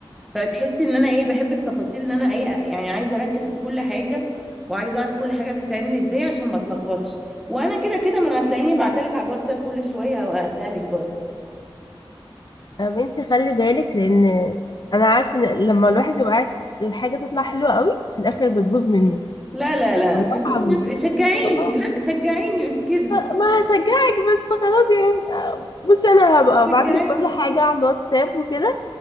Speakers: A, in the centre; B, on the left.
A: فتحسي ان انا ايه بحب التفاصيل ان انا ايه يعني عايزه اركز في كل حاجه وعايزه اعرف كل حاجه بتتعمل ازاي عشان ما اتلخبطش وانا كده كده ما أنا هتلاقيني بعتلك على الواتساب كل شويه او اسالك برضه
B: يا بنتي خلي بالك لان انا عارفه ان لما الواحد يبقى عايز الحاجه تطلع حلوه قوي في الاخر بتبوظ منه
A: لا لا لا
B: الله
A: والنبي
B: عظيم
A: ما ت- شجعيني
B: والله.
A: لا شجعيني مش كده
B: ما هشجعك بس خلاص يعني آه، بصي انا هبقى
A: شجعيني
B: ابعت لك كل حاجه على الواتساب وكده